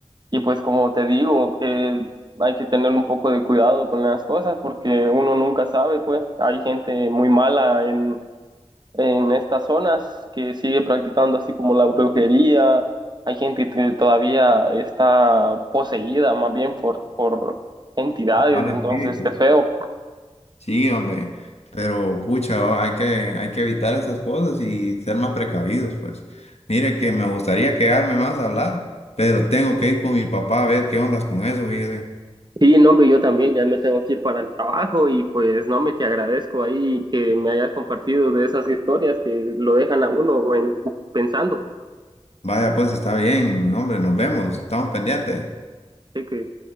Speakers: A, on the right; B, on the left.
A: Y pues como te digo, que hay que tener un poco de cuidado con las cosas porque uno nunca sabe, pues hay gente muy mala en, en estas zonas que sigue practicando así como la brujería, hay gente que todavía está poseída más bien por, por entidades,
B: los malos
A: entonces
B: espíritus.
A: es feo.
B: Sí, hombre, pero pucha, oh, hay que, hay que evitar esas cosas y ser más precavidos, pues. Mire que me gustaría quedarme más a hablar, pero tengo que ir con mi papá a ver qué ondas con eso, fíjese.
A: Sí, no, hombre, yo también ya me tengo que ir para el trabajo y pues no, me te agradezco ahí que me hayas compartido de esas historias que lo dejan a uno en- pensando.
B: Vaya, pues está bien, hombre, nos vemos, estamos pendientes.
A: Sé que